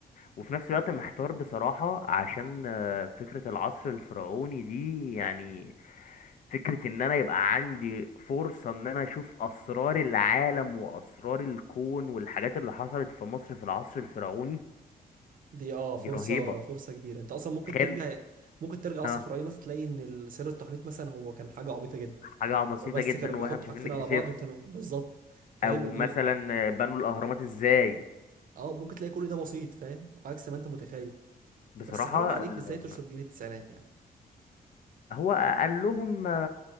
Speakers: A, on the left; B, on the right.
A: وفي نفس الوقت محتار بصراحه عشان آه فكره العصر الفرعوني دي يعني فكرة ان انا يبقى عندي فرصة ان انا اشوف اسرار العالم واسرار الكون والحاجات اللي حصلت في مصر في العصر الفرعوني
B: دي اه فرصة
A: دي رهيبة
B: فرصة كبيرة انت اصلا ممكن
A: تخيل
B: ترجع ممكن ترجع
A: اه
B: اصلا في الرأي مثلا تلاقي ان سر التحنيط مثلا هو كان حاجة عبيطة جدا
A: حاجة بسيطة
B: هما بس
A: جدا
B: كانوا بيحطوا
A: واحنا مش
B: حاجتين
A: عارفين نكتشفها
B: على بعض وتمام بالظبط فاهم
A: او
B: اللي
A: مثلا
B: هو
A: بنوا الاهرامات ازاي
B: اه ممكن تلاقي كل ده بسيط فاهم عكس ما انت متخيل
A: بصراحة
B: بس حرام عليك
A: ال...
B: ازاي تشرب جيل التسعينات يعني
A: هو قال لهم